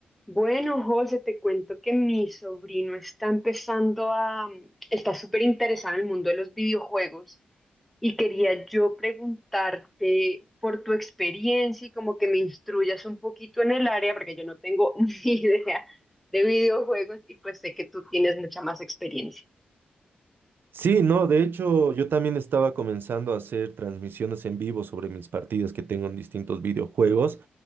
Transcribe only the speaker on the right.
Sí, no, de hecho yo también estaba comenzando a hacer transmisiones en vivo sobre mis partidas que tengo en distintos videojuegos